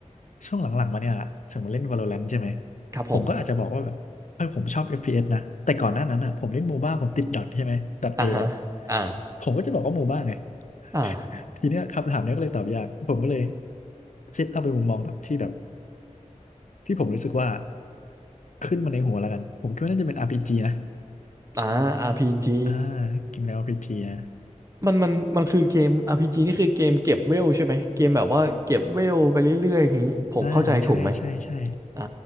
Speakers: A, on the left; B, on the right.
A: ช่วงหลังๆมาเนี่ยสมมติเล่น Valorant ใช่ไหม
B: ครับผม
A: ผมก็อาจจะบอกว่าแบบเออผมชอบ FPS นะแต่ก่อนหน้านั้นอ่ะผมเล่นโมบ้าผมติดดอทใช่ไหมดอทเออ่ะ
B: อ่าฮะอ่า
A: ผมก็จะบอกว่าโมบ้าไง
B: อ่า
A: <laughs> ทีเนี้ยคำถามเนี้ยก็เลยตอบยากผมก็เลยเซตเอาเป็นมุมมองแบบที่แบบที่ผมรู้สึกว่าขึ้นมาในหัวแล้วกันผมคิดว่าน่าจะเป็น RPG นะ
B: อ่า RPG
A: อ่าเกมแนว RPG นะ
B: มันมันมันคือเกม RPG นี่คือเกมเก็บเวลใช่ไหมเกมแบบว่าเก็บเวลไปเรื่อยๆอย่างนี้ผมเข้าใจถูกไหม
A: อ่าใช่ใช่ใช่
B: อ่า